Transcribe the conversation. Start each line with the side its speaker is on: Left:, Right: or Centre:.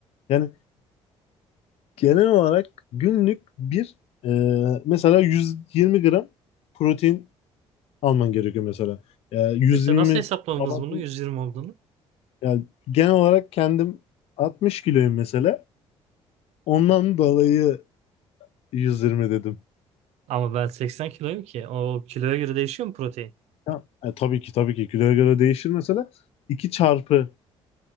Left: yani genel olarak günlük bir e, mesela 120 gram protein alman gerekiyor mesela. E, 120
Right: Mesela nasıl hesapladınız
Left: abartım
Right: bunu 120 olduğunu?
Left: yani genel olarak kendim 60 kiloyum mesela. Ondan dolayı 120 dedim.
Right: Ama ben 80 kiloyum ki. O kiloya göre değişiyor mu protein?
Left: Ya, e, tabii ki tabii ki kiloya göre değişir mesela. 2 çarpı